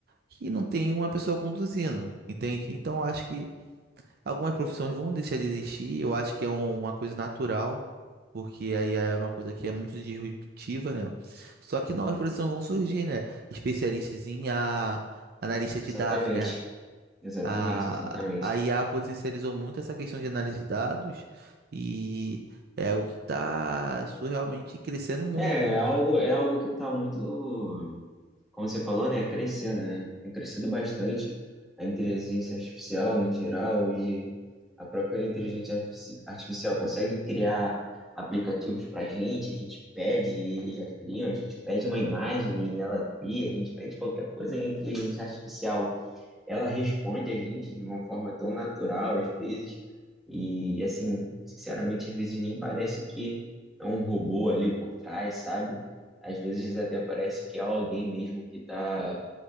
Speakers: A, on the right; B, in the centre.
A: que não tem uma pessoa conduzindo, entende? Então acho que Algumas profissões vão deixar de existir, eu acho que é um- uma coisa natural, porque aí é uma coisa que é muito disruptiva, né? Só que novas profissões vão surgir, né? Especialistas em I a analista de
B: Exatamente,
A: dados, né?
B: exatamente,
A: A,
B: exatamente.
A: a IA potencializou muito essa questão de análise de dados e é o que está surrealmente crescendo muito.
B: É, é algo, é algo que está muito, como você falou, né, crescendo, né? Tem crescido bastante a inteligência artificial no geral. Hoje A própria inteligência artifici- artificial consegue criar aplicativos para a gente, a gente pede, e eles já criam, a gente pede uma imagem e ela cria, a gente pede qualquer coisa, e a inteligência artificial, ela responde a gente de uma forma tão natural às vezes, e assim, sinceramente, às vezes nem parece que é um robô ali por trás, sabe? Às vezes até parece que é alguém mesmo que está